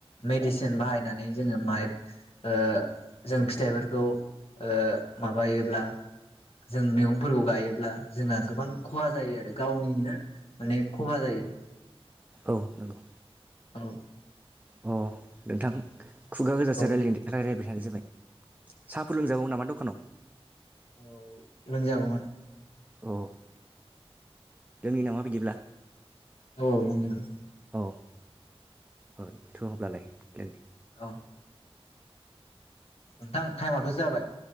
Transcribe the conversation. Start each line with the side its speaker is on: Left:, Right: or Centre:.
Left: मेदिसिन सिन बाहायनानै जोङो जों माय ओ जों फिथाइफोरखौ ओ माबायोब्ला जों मैगंफोरखौ गायोब्ला जोंना गोबां खहा जायो आरो गावनिनो माने खहा जायो
Right: औ नंगौ
Left: औ
Right: अ नोंथां खुगा गोजासे
Left: औ
Right: रायलायदो रायलायबाय आरो जाबाय साहाफोर लोंजागौमोन नामा दखानाव
Left: औ लोंजागौमोन
Right: अ लोंनि नामा बिदिब्ला
Left: औ लोंगोन
Right: औ थौ होनब्लालाय लोंदिनि
Left: अ नोंथां टाइमाथ' जाबाय